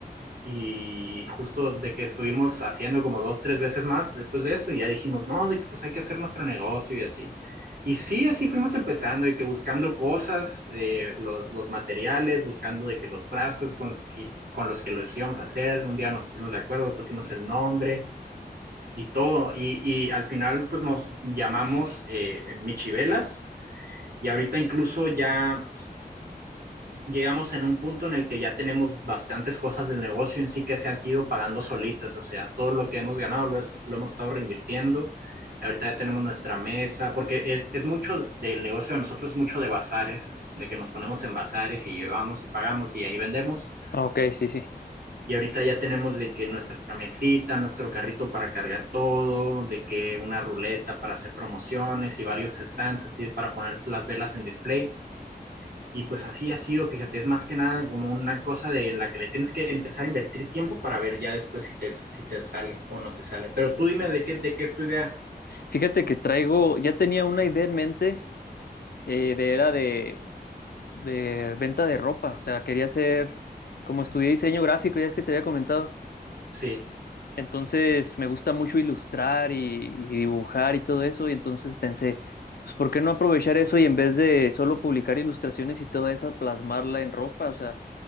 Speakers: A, on the right; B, on the left.
A: y justo de que estuvimos haciendo como dos, tres veces más después de eso y ya dijimos, no, de que pues hay que hacer nuestro negocio y así. Y sí, así fuimos empezando y que buscando cosas, eh, lo- los materiales, buscando de que los frascos con los que, con los que los íbamos a hacer, un día nos pusimos de acuerdo, pusimos el nombre y todo. Y, y al final pues nos llamamos eh, Michivelas y ahorita incluso ya llegamos en un punto en el que ya tenemos bastantes cosas del negocio en sí que se han sido pagando solitas, o sea, todo lo que hemos ganado lo, es- lo hemos estado reinvirtiendo. Ahorita ya tenemos nuestra mesa, porque es, es mucho del negocio de nosotros, es mucho de bazares, de que nos ponemos en bazares y llevamos y pagamos y ahí vendemos.
B: Ah, Ok, sí, sí.
A: Y ahorita ya tenemos de que nuestra mesita, nuestro carrito para cargar todo, de que una ruleta para hacer promociones y varios stands así para poner las velas en display. Y pues así ha sido, fíjate, es más que nada como una cosa de, en la que le tienes que empezar a invertir tiempo para ver ya después si te, si te sale o no te sale. Pero tú dime de qué, de qué es tu idea.
B: Fíjate que traigo, ya tenía una idea en mente eh, de era de, de venta de ropa. O sea, quería hacer, como estudié diseño gráfico, ya es que te había comentado.
A: Sí,
B: Entonces me gusta mucho ilustrar y, y dibujar y todo eso, y entonces pensé, pues ¿por qué no aprovechar eso y en vez de solo publicar ilustraciones y toda esa plasmarla en ropa? O sea,